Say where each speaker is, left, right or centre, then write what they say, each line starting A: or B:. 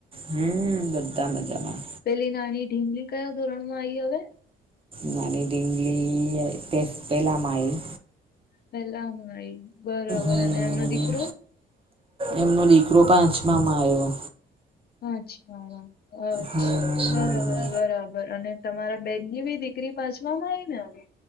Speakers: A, on the right (about 25°); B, on the left (about 50°).
A: હમ બધા મજામાં
B: પેલી નાની ઢીંગલી કયા ધોરણ માં આઈ હવે
A: નાની ડિંગગલી પહેલામાં આવી
B: પેલામાંય બરાબર
A: હમ
B: અને એમનો દીકરો
A: એમનો દીકરો પાંચમામાં આવ્યો
B: અચ્છા અચ્છા
A: હમ
B: બરાબર બરાબર અને તમારા બેનની બી દીકરી પાછવામાં આવી ને હવે